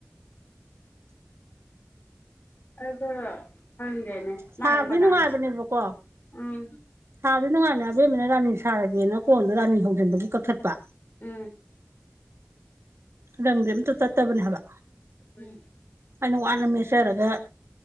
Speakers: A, on the left; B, on the right.
A: <unintelligible> ꯃꯥꯏꯗꯨ
B: ꯁꯥꯕꯗꯤ
A: ꯀꯅꯥꯗ
B: ꯅꯨꯡꯉꯥꯏꯕꯅꯦꯕꯀꯣ
A: ꯎꯝ
B: ꯁꯥꯕꯗꯤ ꯅꯨꯉꯥꯏꯕꯅꯦ ꯑꯕꯦꯃꯅꯥ ꯔꯥꯅꯤ ꯁꯔꯒꯦꯅ ꯀꯣꯟꯗꯣ ꯔꯥꯅꯤ ꯍꯧꯖꯤꯟꯕꯒꯤ ꯀꯛꯊꯠꯄ
A: ꯎꯝ
B: ꯂꯪꯗꯤ ꯑꯃꯠꯇ ꯇꯠꯇꯕꯅꯤ ꯍꯥꯏꯕ
A: <unintelligible>
B: ꯑꯩꯅ ꯋꯥꯅ ꯃꯦꯠꯆꯔꯒꯥ